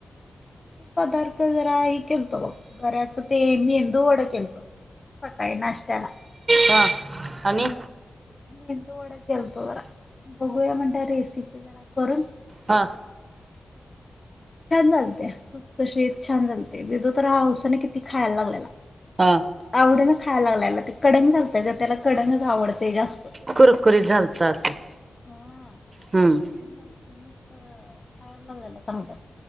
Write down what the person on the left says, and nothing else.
पदार्थ जरा हे केलतो बघ गराचं ते मेंदू वड केलत सकाळी नाश्त्याला
मेंदू वड केलतो जरा बघूया म्हणल रेसिपी जरा करून
छान झालते खुसखशी छान झालते दिदु तर हौसने किती खायला लागलेला
आवडीन खायला लागलाला ते कडंग झालतंय ग त्याला कडंगच आवडते ग असतं
हा
कडंग मस्त खायला लागलेय चांगल